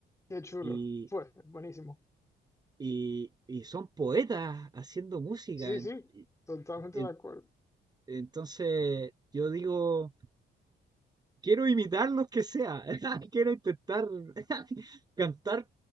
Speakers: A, on the left; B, on the right.
A: qué chulo.
B: y,
A: Fue, buenísimo.
B: y, y son poetas haciendo música.
A: Sí,
B: en-
A: sí, totalmente
B: en-
A: de acuerdo.
B: entonces, yo digo... Quiero imitar los que sea. <laughs> Quiero intentar <laughs> cantar